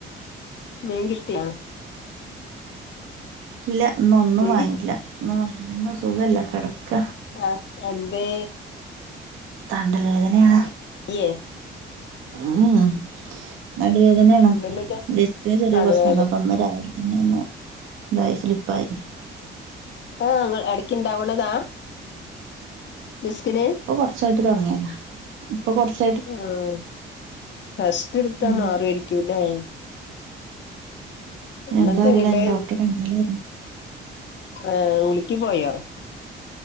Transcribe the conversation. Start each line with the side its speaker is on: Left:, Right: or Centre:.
Left: മീൻ കിട്ടിയാ
Right: ഇല്ല ഇന്നോന്നും
Left: മീൻ
Right: വാങ്ങിട്ടില്ല ഇന്ന് ഒന്നും സുഖല്ല കെടക്ക
Left: ആഹ് എന്തെ
Right: തണ്ടൽ വേദനയാ
Left: ഇയ്യേ
Right: ഉം നടുവേദനായാണ്
Left: പിന്നെന്താ
Right: ടിസ്കിന് ചെറിയ
Left: നടുവേദന
Right: പ്രശ്നണ്ട് അപ്പൊന്ന് രാവിലെ തന്നെ ഒന്ന് ഇതായി സ്ലിപ്പായി
Left: ആഹ് എടക്കിണ്ടാവ്ണതാ ഡിസ്കിന്
Right: ഇപ്പൊ കോർച്ചായിട്ട് തോടങ്ങിയത ഇപ്പൊ കോർച്ച്
Left: ആഹ് റെസ്റ്റ്ട്ത്താ
Right: ഉം
Left: മാറുഏരിക്കൂല്ലേ ഇന്നെന്താ
Right: എന്താ അറിയില്ല
Left: ഇങ്ങട്ട്
Right: ഇനി ഡോക്റെ കണ്ടി <unintelligible>
Left: ഏഹ് ഉളുക്കി പോയോ